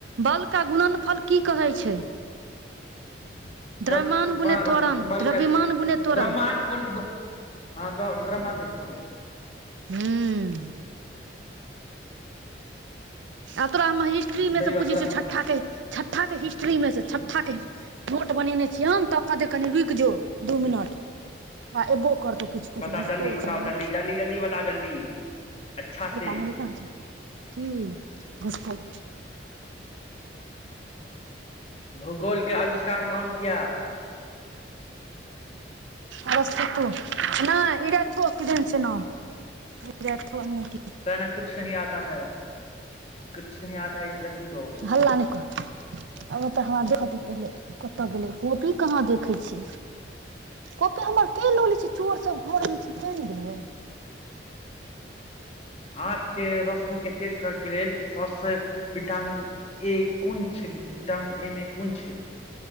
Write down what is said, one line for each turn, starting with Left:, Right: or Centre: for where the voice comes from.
Right: बल का गुणन फल की कहे छै
Left: <unintelligible>
Right: द्रव्यमान गुने त्वरण द्रव्यमान
Left: हाँ
Right: गुने त्वरण
Left: द्रव्यमान नित
Right: हूँ आ तोरा हम हिस्ट्री
Left: हूँ सही
Right: मे से
Left: बात
Right: पूछै
Left: द्रव्यमान
Right: छिय छठाक
Left: गुणित
Right: के छ्ठाक के हिस्ट्री मे छठाके मोट बनेने छीयै हम तब की कनी रुकि जो दू मिनट आ एबो कतऽ किछु किछु
Left: बता
Right: भुसकोल
Left: जल्दी बताओ
Right: छै ना
Left: जल्दी जल्दी जल्दी बताओ जल्दी अच्छा से
Right: <unintelligible> कान की भुसकोल
Left: भूगोलके आविष्कार कोन किया
Right: अरस्तेतु नैय इरैकौ किदयन छै नाम रेथोनी
Left: कहना कुछ नहि आता है कछु नहिं आता इस लड़की को
Right: हल्ला नहि कर आब ओतऽ हमरा देखत पहिले कतय गेलै कोपी कहाँ देखै छी कोपी हमर के लो ले छी चोर सब घर मे छै केन ल
Left: आंख के रोशनी के कर के लेल सबसे विटामिन ए कोन छै विटामिन एम ए कोन छै